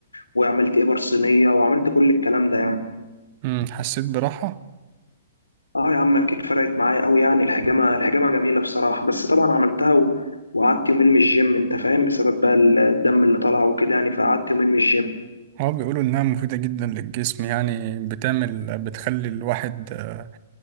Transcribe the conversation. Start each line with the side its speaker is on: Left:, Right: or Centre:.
Left: وعملت إبر صينية وعملت كل الكلام ده يعني
Right: مم، حسيت براحة
Left: اه يا عم اكيد فرقت معايا قوي يعني الحجامه الحجامه جميله بصراحه بس طبعا عملتها و... وقعدت يومين من الجيم انت فاهم بسبب بقى الدم اللي طلع وكده يعني فقعدت يومين من الجيم
Right: اه بيقولوا انها مفيدة جدا للجسم يعني بتعمل بتخلي الواحد آه،